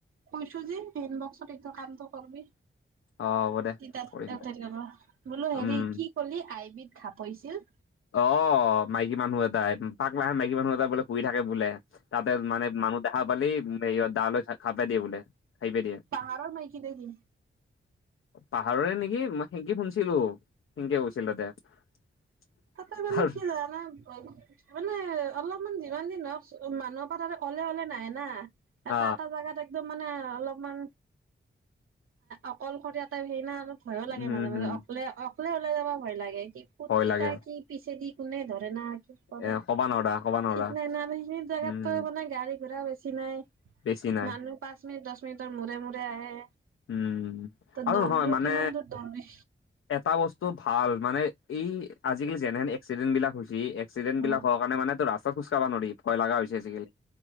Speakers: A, on the right; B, on the left.
A: কৈছো যে পিন বক্সত এটো কামটো কৰিবি
B: অ হ'ব দে
A: <unintelligible>
B: কৰিম দে
A: বোলো হেৰি
B: উম
A: কি কলি আইিবি খাপৰিছিল
B: অ, মাইকী মানুহ এটাই, পাক লাহে মাইকী মানুহ এটা বোলে শুই থাকে বোলে। তাতে মানে মানুহ দেখা পালেই ডা লৈ ঘা-ঘাপ মাৰি দিয়ে বোলে। খাইপে দিয়ে
A: পাহাৰৰ মাইকি নে কি?
B: পাহাৰৰে নেকি, মই, সেনকে শুনিছিলো, সেনকে কৈছিল, তাতে।
A: তাতে, মানে,
B: তাৰ
A: কি জানে, মানে, অলপ মান, যিমান, <unintelligible> মানুহৰ পৰা, ত, অলে, অলে নাই, না, এটা,
B: অ
A: এটা জাগাত মানে, অলপমান, অকলশৰীয়া টাইপ, হেৰি, ন? ভয়ো লাগে,
B: উম
A: মাজে
B: হম
A: মাজে, অকলে-অকলে ওলাই যাবা, ভয় লাগে, স ফুট
B: ভয়
A: কেইটা,
B: লাগে
A: কি, পিছে দি, কোনে ধৰে <unintelligible> কি কৰে,
B: এ কবা নৰা কবা নৰা
A: ঠিক নাই, না, সেইখিনি জেগাতো,
B: উম
A: মানে, গাড়ী-ঘোঁৰা বেছি নাই।
B: বেছি নাই
A: মানুহ পাঁচ, মিনিট দশ মিনিটৰ, <unintelligible> মুৰে-মুৰে আহে,
B: উম আৰু
A: দৌৰলেও,
B: নহয় মানে
A: কিমান দূৰ দৌৰবি?
B: এটা বস্তু ভাল, মানে, এই, আজিকালি, যেনেহেন এক্সিডেন্ট বিলাক হৈছে এক্সিডেণ্ট
A: অ
B: বিলাক হোৱাৰ কাৰণেটো, ৰাস্তাত খোজকাঢ়বা নোৱাৰি, ভয় লগা হৈছে, আজিকালি।